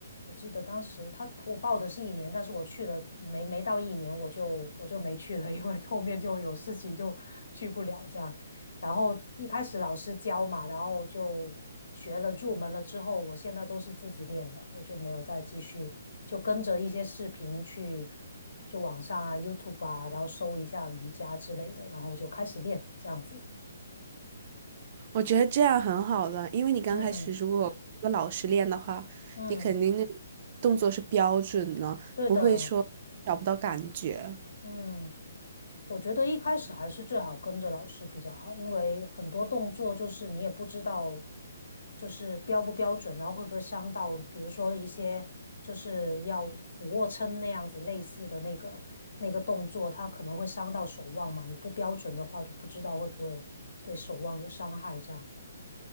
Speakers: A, on the left; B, on the right.
A: 我记得当时他我报的是一年，但是我去了没没到一年，我就我就没去了，因为后面就有事情就去不了这样。然后一开始老师教嘛，然后就学了入门了之后，我现在都是自己练了，我就没有再继续，就跟着一些视频去，就网上啊、YouTube 啊，然后搜一下瑜伽之类的，然后就开始练这样子。
B: 我觉得这样很好的，因为你刚开始如果这个老师练的话，
A: 嗯嗯，
B: 你肯定那动作是标准的，
A: 对的，
B: 不会说找不到感觉。
A: 嗯。我觉得一开始还是最好跟着老师比较好，因为很多动作就是你也不知道，就是标不标准，然后会不会伤到，比如说一些就是要俯卧撑那样子类似的那个那个动作，它可能会伤到手腕嘛，你不标准的话就不知道会不会对手腕有伤害这样。